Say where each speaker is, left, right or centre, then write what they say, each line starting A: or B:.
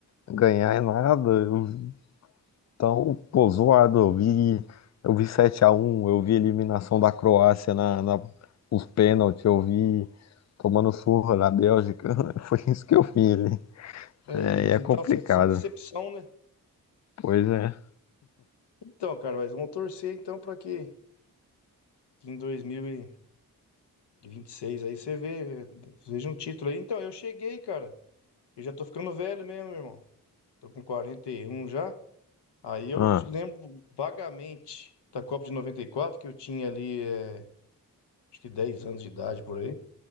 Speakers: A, on the left; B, on the left.
A: ganhar em nada. Eu- Então, pô, zoado. Eu vi, eu vi sete a um, eu vi a eliminação da Croácia na, na, os pênaltis, eu vi tomando surra na Bélgica. <laughs> Foi isso que eu vi ali.
B: Aí,
A: É,
B: mas
A: e é
B: então
A: complicado.
B: você só decepção, né?
A: Pois é.
B: Então, cara, mas vamos torcer então para que em dois mil e vinte e seis aí você vê, veja um título aí. Então, eu cheguei, cara. Eu já tô ficando velho mesmo, irmão. Tô com 41 já. Aí eu
A: Ah,
B: lembro vagamente da Copa de noventa e quatro que eu tinha ali, eh, acho que 10 anos de idade por aí.